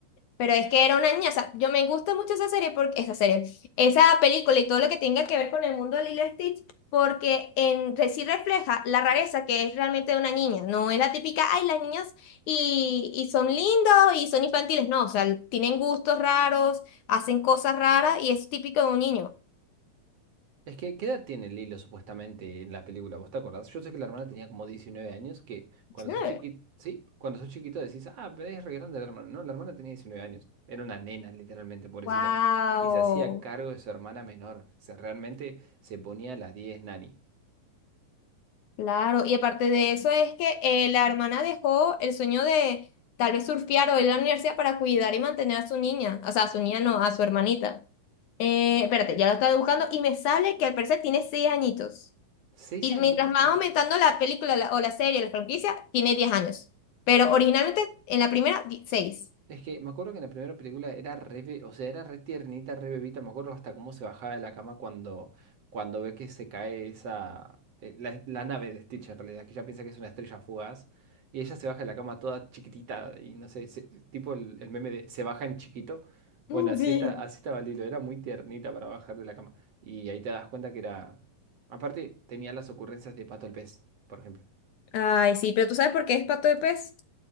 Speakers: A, on the left; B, on the right.
A: Pero es que era una niña, o sea, yo me gusta mucho esa serie, porque, esa serie, esa película y todo lo que tenga que ver con el mundo de Lilo y Stitch, porque en, re- sí refleja la rareza que es realmente de una niña, no es la típica, ay, las niñas y, y son lindos y son infantiles, no, o sea, tienen gustos raros, hacen cosas raras y es típico de un niño.
B: Es que, ¿qué edad tiene Lilo supuestamente en la película? ¿Vos te acordás? Yo sé que la hermana tenía como 19 años, que
A: ¿Diecinueve?
B: cuando sos chiquito, sí, cuando sos chiquito decís, ah, pero es re grande la hermana. No, la hermana tenía 19 años. Era una nena, literalmente, pobrecita.
A: ¡Wow!
B: Y se hacía cargo de su hermana menor. O sea, realmente se ponía a las diez Nani.
A: Claro, y aparte de eso es que eh, la hermana dejó el sueño de tal vez surfear o ir a la universidad para cuidar y mantener a su niña, o sea, a su niña no, a su hermanita. Eh, espérate, ya lo estaba buscando y me sale que al parecer tiene seis añitos.
B: Seis
A: Y
B: añitos
A: mientras más aumentando la película la- o la serie, la franquicia, tiene 10 años. Pero originalmente en la primera, di- 6.
B: Es que me acuerdo que en la primera película era re, be- o sea, era re tiernita, re bebita, me acuerdo hasta cómo se bajaba de la cama cuando, cuando ve que se cae esa, eh, la, la nave de Stitch en realidad, que ella piensa que es una estrella fugaz, y ella se baja de la cama toda chiquitita, y no sé, se- tipo el, el meme de se baja en chiquito, bueno,
A: <laughs>
B: así
A: Sí.
B: está, así estaba Lilo, era muy tiernita para bajar de la cama, y ahí te das cuenta que era, aparte tenía las ocurrencias de Pato el pez, por ejemplo,
A: Ay, sí, pero ¿tú sabes por qué es pato de pez?